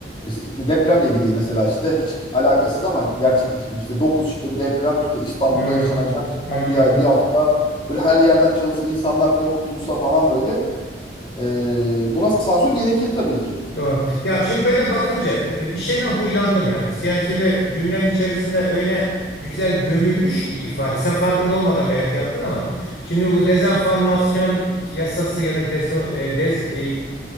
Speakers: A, on the left; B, on the left.
A: işte depremle ilgili değil mesela işte hiç alakasız ama gerçekmiş gibi işte 9 şiddetli deprem işte İstanbul'da
B: Hı,
A: yaşanacak
B: hı.
A: son bir ay bir hafta böyle her yerden çalınsa insanlar korkutulsa falan böyle Ee, buna sansür gerekir tabii ki.
B: Doğru. Ya şimdi böyle bakınca e, e, bir şeyden huylandım yalnız. Yani şimdi cümlenin içerisinde öyle güzel gömülmüş ki ifade. Sen farkında olmadan belki yaptın ama şimdi bu dezenformasyon yasası ya da dezo, e, dez, e,